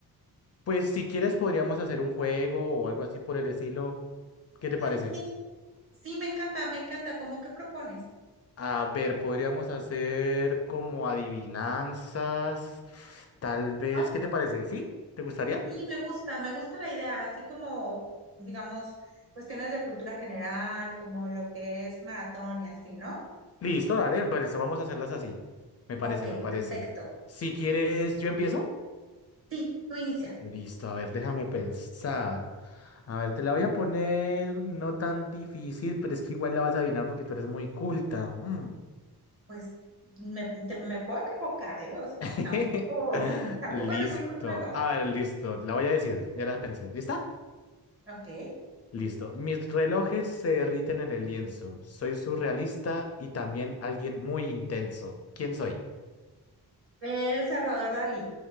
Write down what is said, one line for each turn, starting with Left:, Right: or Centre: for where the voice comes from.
Left: Pues si quieres podríamos hacer un juego o algo así por el estilo. ¿Qué te
Right: Ah,
Left: parece?
Right: ok. Sí, me encanta, me encanta. ¿Cómo qué propones?
Left: A ver, podríamos hacer como adivinanzas, tal vez.
Right: Ah,
Left: ¿Qué te parece? ¿Sí? ¿Te gustaría?
Right: sí, me gusta, me gusta la idea, así como, digamos, cuestiones de cultura general, como lo que es maratón y así, ¿no?
Left: Listo, dale, vale, esto vamos a hacerlas así. Me
Right: Ok,
Left: parece, me parece.
Right: perfecto.
Left: Si quieres, ¿yo empiezo?
Right: Sí, tú inicia.
Left: Listo, a ver, déjame pensar. A ver, te la voy a poner no tan difícil, pero es que igual la vas a adivinar porque tú eres muy culta. Mm.
Right: Pues me, te- me puedo equivocar, ¿eh? O sea,
Left: <laughs>
Right: tampoco, <laughs> tampoco
Left: Listo.
Right: es muy culpa, no.
Left: A ver, listo. La voy a decir. Ya la pensé. ¿Lista?
Right: Ok.
Left: Listo. Mis relojes se derriten en el lienzo. Soy surrealista y también alguien muy intenso. ¿Quién soy?
Right: Eh, Salvador Dalí.